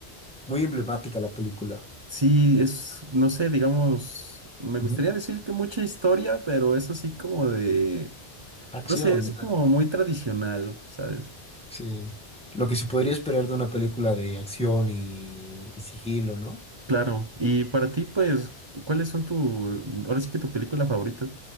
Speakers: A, in the centre; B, on the right (about 30°).
A: muy emblemática la película.
B: Sí, es, no sé, digamos, me
A: Ujú.
B: gustaría decir que mucha historia, pero eso sí como de,
A: Acción.
B: no sé, es como muy tradicional, ¿sabes?
A: Sí. Lo que se podría esperar de una película de acción y, y sigilo, ¿no?
B: Claro, y para ti pues, ¿cuáles son tu, ahora sí que tu película favorita?